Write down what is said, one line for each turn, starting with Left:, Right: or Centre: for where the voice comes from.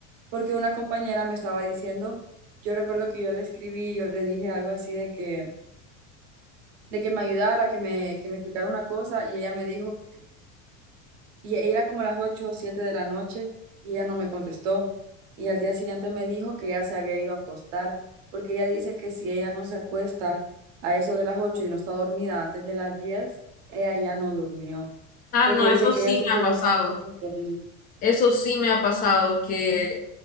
Right: porque una compañera me estaba diciendo, yo recuerdo que yo le escribí, yo le dije algo así de que, de que me ayudara, que me, que me explicara una cosa, y ella me dijo y era como las 8 o 7 de la noche y ella no me contestó. Y al día siguiente me dijo que ya se había ido a acostar, porque ella dice que si ella no se acuesta a eso de las 8 y no está dormida antes de las 10 ella ya no durmió,
Left: Ah,
Right: porque
Left: no,
Right: dice
Left: eso
Right: que
Left: sí
Right: ella sufre
Left: me ha pasado.
Right: de un sueño terrible.
Left: Eso sí me ha pasado que,